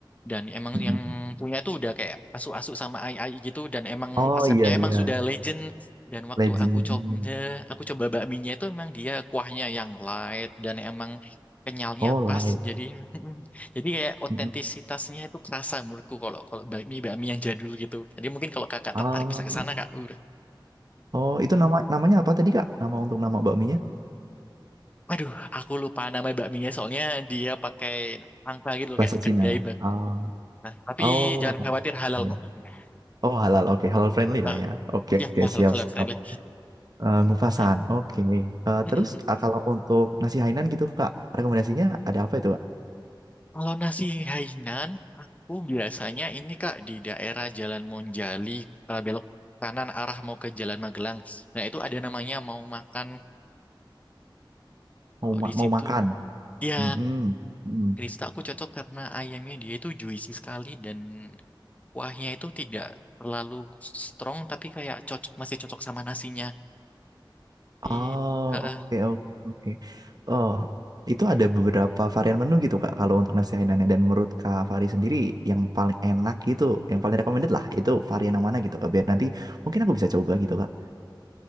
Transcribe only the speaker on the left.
dan emang
yang
punya itu udah kayak asu-asu sama ai-ai gitu dan emang
resepnya
emang sudah legend dan waktu
aku coba
aku coba bakminya itu emang dia kuahnya yang light dan emang kenyalnya
pas jadi <laughs> jadi kayak otentisitasnya
itu kerasa menurutku kalau kalau bakmi bakmi yang jadul gitu jadi mungkin kalau kakak
tertarik bisa ke sana kak Udah.
Aduh, aku lupa nama bakminya soalnya dia pakai angka gitu loh,
kayak kedai
bakmi.
Nah, tapi
jangan khawatir halal
kok. Nah,
eh,
ya
<laughs> halal,
halal
friendly.
Ya.
Mm,
mm, mm.
Kalau nasi Hainan, aku biasanya ini Kak di daerah Jalan Monjali eh, belok kanan arah mau ke Jalan Magelang. Nah, itu ada namanya mau makan kalau
di situ.
Ya,
Krista aku cocok karena ayamnya dia itu juicy sekali dan kuahnya itu tidak terlalu strong tapi kayak cocok masih cocok sama nasinya. Di
eh,